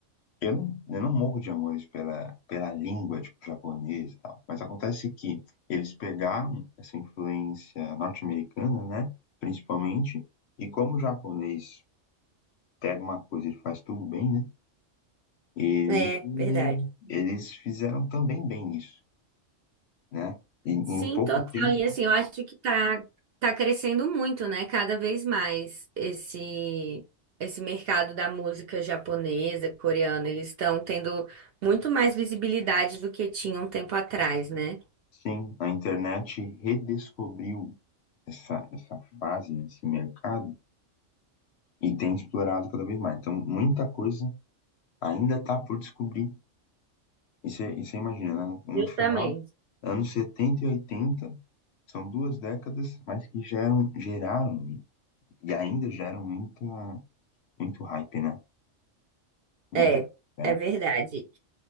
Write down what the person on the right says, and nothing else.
É, verdade.
Sim,
total.
E assim, eu acho que tá, tá crescendo muito, né? Cada vez mais esse esse mercado da música japonesa, coreana, eles estão tendo muito mais visibilidade do que tinham um tempo atrás, né?
Justamente.
É,
é verdade.